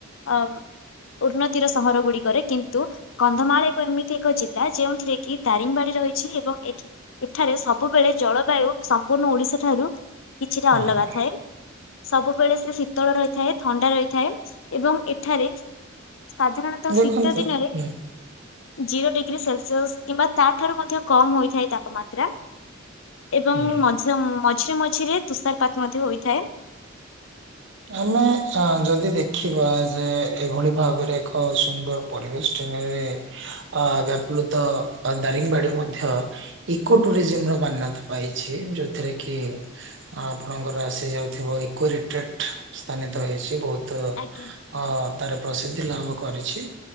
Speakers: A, on the left; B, on the right.
A: ଅ ଉନ୍ନତିର ସହର ଗୁଡିକରେ କିନ୍ତୁ କନ୍ଧମାଳ ଏକ ଏମିତି ଏକ ଜିଲ୍ଲା ଯେଉଥିରେ କି ଦାରିଙ୍ଗବାଡି ରହିଛି ଏବଂ ଏଠି ଏଠାରେ ସବୁବେଳେ ଜଳବାୟୁ ସମ୍ପୂର୍ଣ ଓଡିଶା ଠାରୁ କିଛିଟା
B: ହୁଁ
A: ଅଲଗା ଥାଏ। ସବୁବେଳେ ସେ ଶୀତଳ ରହିଥାଏ ଥଣ୍ଡା ରହିଥାଏ ଏବଂ ଏଠାରେ ସାଧାରଣତଃ
B: ଦେଖନ୍ତୁ
A: ଶୀତ ଦିନରେ
B: ହୁଁ
A: ଜିରୋ ଡିଗ୍ରୀ ସେଲସିଅସ୍ କିମ୍ବା ତାଠାରୁ ମଧ୍ୟ କମ ହୋଇଥାଏ ତାପମାତ୍ରା। ଏବଂ
B: ହୁଁ।
A: ମଝି ମଝିରେ ମଝିରେ ତୁଷାରପାତ ମଧ୍ୟ ହୋଇଥାଏ।
B: ଆମେ ଅ ଯଦି ଦେଖିବା ଯେ ଏଭଳି ଭାବରେ ଏକ ସୁନ୍ଦର। ପରିବେଶ <unintelligible> ଅ ବପଲତ ଦାରିଙ୍ଗବାଡି ମଧ୍ୟ ଇକୋ ଟୁରିଜିମ ର ମାନ୍ୟତା ପାଇଛି। ଯୋଉଥିରେ କି ଆପଣଙ୍କର ଆସି ଯାଉଥିବ ଇକୋ ରିଟ୍ରାକ୍ଟ ସ୍ଥାନିତ ହେଇଚି ବହୁତ ଅ
A: ଆଜ୍ଞା
B: ତାର ପ୍ରସିଦ୍ଧି ଲାଭ କରିଚି।